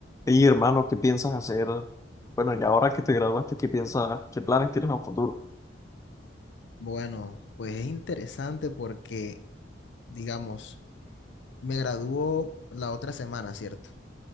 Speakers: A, on the left; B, on the left.
A: Y hermano, ¿qué piensas hacer? Bueno, y ahora que te graduaste, ¿qué piensas? ¿Qué planes tienes a futuro?
B: Bueno, pues es interesante porque, digamos, me graduó la otra semana, ¿cierto?